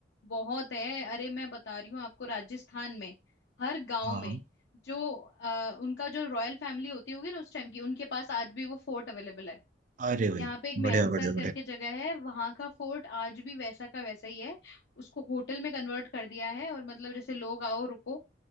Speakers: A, on the left; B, on the right.
A: बहुत है अरे मैं बता रही हूँ आपको राजस्थान में हर गांव
B: हाँ
A: में
B: हाँ।
A: जो अ, उनका जो रॉयल फैमिली होती होगी ना उस टाइम की उनके पास आज भी वो फोर्ट अवेलेबल है
B: अरे भाई
A: यहाँ पे एक मैनसर
B: बढ़िया बढ़िया
A: करके
B: बढ़िया
A: जगह है वहां का फोर्ट आज भी वैसा का वैसा ही है उसको होटल में कन्वर्ट कर दिया है और मतलब जैसे लोग आओ रुको